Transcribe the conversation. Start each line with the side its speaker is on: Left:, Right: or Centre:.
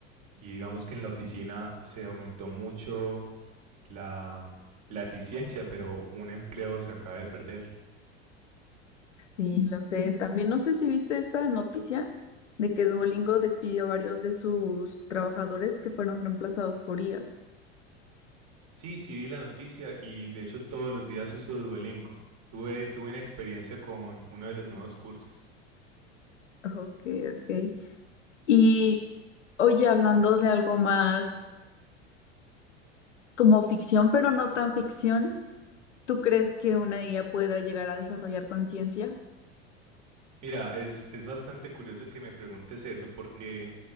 Right: Y digamos que en la oficina se aumentó mucho la, la eficiencia, pero un empleo se acaba de perder.
Left: Sí, lo sé. También no sé si viste esta noticia de que Duolingo despidió a varios de sus trabajadores que fueron reemplazados por IA.
Right: Sí, sí vi la noticia y de hecho todos los días uso Duolingo. Tuve, tuve una experiencia con uno de los nuevos cursos.
Left: Ok, ok. Y oye, hablando de algo más como ficción, pero no tan ficción. ¿Tú crees que una IA pueda llegar a desarrollar conciencia?
Right: Mira, es, es bastante curioso que me preguntes eso porque